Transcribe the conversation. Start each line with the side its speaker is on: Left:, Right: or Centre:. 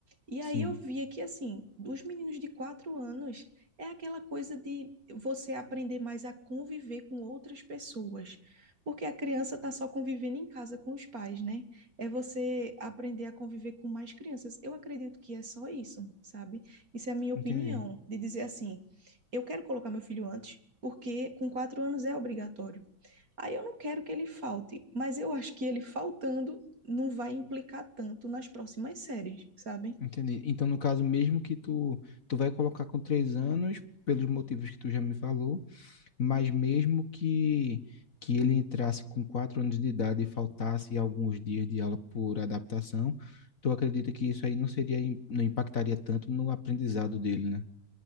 Right: E
Left: Sim,
Right: aí eu via que assim, dos meninos de quatro anos é aquela coisa de você aprender mais a conviver com outras pessoas, porque a criança está só convivendo em casa com os pais, né? É você aprender a conviver com mais crianças. Eu acredito que é só isso, sabe? Isso é a minha opinião,
Left: entendi.
Right: de dizer assim, eu quero colocar meu filho antes, porque com quatro anos é obrigatório. Aí eu não quero que ele falte, mas eu acho que ele faltando não vai implicar tanto nas próximas séries, sabem?
Left: Entendi. Então, no caso, mesmo que tu, tu vai colocar com três anos, pelos motivos que tu já me falou, mas mesmo que, que ele entrasse com quatro anos de idade e faltasse alguns dias de aula por adaptação, tu acredita que isso aí não seria, im- não impactaria tanto no aprendizado dele, né?